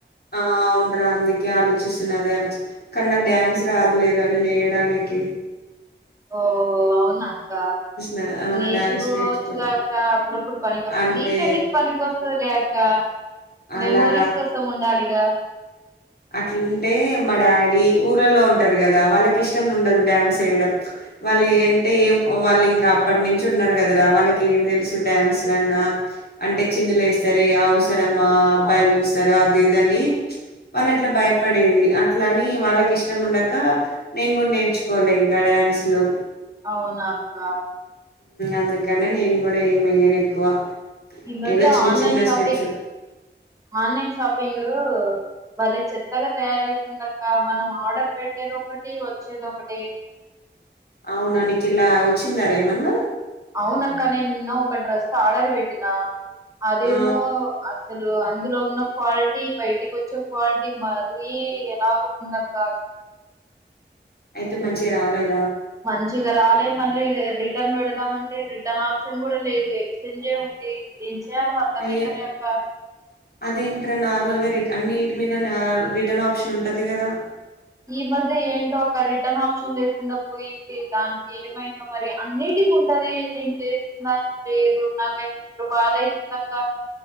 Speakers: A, on the left; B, on the right.
A: ఆ అవును అందుకే ఆలోచిస్తున్నదే అని కానీ నాకు డ్యాన్స్ రాదులేదు అని నేను నేయడానికి
B: ఓహో అవునా అక్క
A: నా ఆ!
B: నేచి
A: డాన్స్
B: కూవచ్చుగాక
A: నేర్చుకోలే.
B: అప్పుడప్పుడు పనికి వస్తంది
A: అంటే
B: నీ పెళ్లికి పనికినికి వస్తా సూలేక్క
A: అలా
B: మెమోరీస్ కోసం ఉండాలిగా
A: అట్లంటే మా డాడీ ఊర్లలో ఉంటారు కదా వాళ్ళకి ఇష్టం ఉండదు డ్యాన్స్ వేయడం వాళ్ళు అంటే ఏం వాళ్ళు ఇంకా అప్పటి నుంచి ఉన్నారు కదరా వాళ్ళకి ఏం తెలుసు డ్యాన్స్ లన్నా అంటే చిందులు వేస్తారు అవసర మా అబ్బాయిలు
B: అ-
A: చూస్తారు అ దేదని వాళ్ళు అట్లా భయపడేది అట్ల అని వాళ్ళకి ఇష్టం ఉండక నేను కూడా నేర్చుకోలే ఇంకా డ్యాన్సులు
B: అవునా అక్క
A: అందుకనే నేను కూడా ఏమి వెయ్యను ఎక్కువ
B: ఈ మధ్య
A: ఏదో చిన్న
B: online
A: చిన్న
B: shopping
A: steps
B: online shopping లో బలే చెత్తగా తయారైతుండక్క మనం ఆర్డర్ పెట్టేది ఒకటి వచ్చేది ఒకటి
A: అవునా నీకి ఇలా వచ్చిందారేమన్నా
B: అవును అక్క నేను నిన్న ఒక డ్రెస్ ఆడర్బేటినా అదేమో
A: ఆ
B: అస్స అసలు అందులో ఉన్న క్వాలిటీ బయటికి వచ్చే క్వాలిటీ మరి ఎలాగో ఉందక్క అసలు
A: అయితే మంచిగా రాలేదు
B: మంచిగా రాలే మళ్ళీ రిటర్న్ పెడదాం అంటే రిటర్న్ ఆప్షన్ కూడా లేదు ఎక్స్చేంజే ఉంది ఏం చెయ్యాలో అర్ధమైత
A: అయ్యో
B: లే అక్క
A: అదేంట్రా నార్మల్ గా రి అన్నిటి మీద రిటర్న్ ఆప్షన్ ఉంటది కదా
B: ఈ మధ్య ఏంటో ఒక రిటర్న్ ఆప్షన్ లేకుండా పోయింది దానికి ఏమైందో మరి అన్నిటికి ఉంటది నేను చేసిన దానికి లేదు నాకైతే మీరు బాధ అయితుందక్క